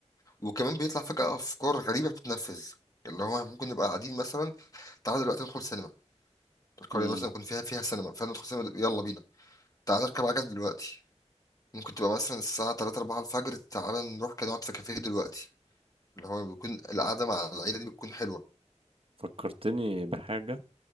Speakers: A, on the left; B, on the right.
A: وكمان بيطلع فجاه افكار غريبه بتتنفذ اللي هو ممكن نبقى قاعدين مثلا تعالى دلوقتي ندخل سينما القريه
B: امم
A: مثلا يكون فيها فيها سينما فندخل سينما يلا بينا تعالى نركب عجل دلوقتي ممكن تبقى مثلا الساعة 3 4 الفجر تعالى نروح كده نقعد في كافيه دلوقتي اللي هو بيكون القعدة مع العيلة دي بتكون حلوة
B: فكرتني بحاجة